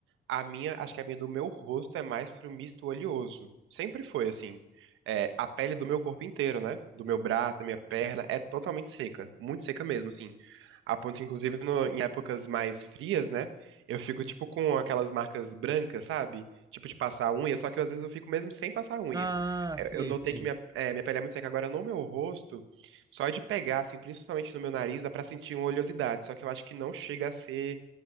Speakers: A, on the right; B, on the right.
A: A minha, acho que a minha do meu rosto é mais pro misto oleoso. Sempre foi assim. É, a pele do meu corpo inteiro, né? Do meu braço, da minha perna, é totalmente seca. Muito seca mesmo, assim. A ponto, inclusive, no- em épocas mais frias, né? Eu fico, tipo, com aquelas marcas brancas, sabe? Tipo, de passar unha, só que às vezes eu fico mesmo sem passar unha.
B: Ah,
A: Eu,
B: sei,
A: eu notei
B: sei.
A: que minha, é, minha pele é muito seca. Agora, no meu rosto, só de pegar, assim, principalmente no meu nariz, dá pra sentir uma oleosidade. Só que eu acho que não chega a ser